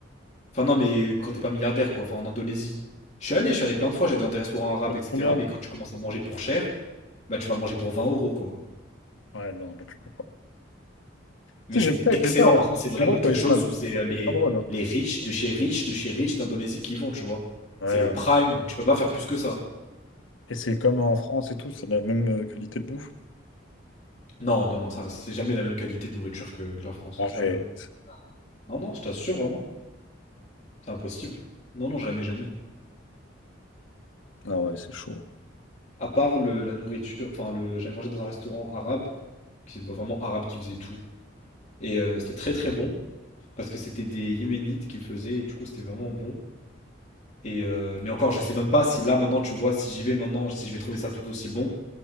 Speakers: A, on the left (about 35°); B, on the left (about 85°).
A: Enfin, non, mais quand t'es pas milliardaire, quoi. Enfin, en Indonésie. Je suis allé, je suis allé plein de fois, j'allais dans des restaurants arabes,
B: C'est
A: etc.
B: trop bien.
A: Mais quand tu commences à manger pour cher, bah, tu vas manger pour 20 euros, quoi.
B: Ouais, non, là, tu peux pas.
A: Mais
B: Tu
A: c'est
B: sais, j'aime pas, il
A: excellent.
B: fait ça. hein.
A: Par contre, c'est vraiment
B: Tu vois, quoi,
A: quelque
B: il
A: chose
B: snap.
A: où
B: C'est
A: c'est euh, les,
B: pas drôle. hein.
A: les riches de chez riches, de chez riches d'Indonésie qui y vont, tu vois.
B: Ouais,
A: C'est le
B: ouais.
A: prime. Tu peux pas faire plus que ça.
B: Et c'est comme en France et tout, c'est la même euh, qualité de bouffe.
A: Non, non, non, ça, c'est jamais la même qualité de nourriture que que la France.
B: arrête.
A: Jamais. Non, non, je t'assure vraiment, c'est impossible. Non, non, jamais, jamais.
B: Ah ouais, c'est chaud.
A: À part le- la nourriture, enfin, le, j'avais mangé dans un restaurant arabe, qui, bah, vraiment arabe qui faisait tout. Et euh, c'était très très bon, parce que c'était des Yéménites qui faisaient, et du coup c'était vraiment bon. Et euh, mais encore, je sais même pas si là maintenant, tu vois, si j'y vais maintenant, si je vais trouver ça tout aussi bon,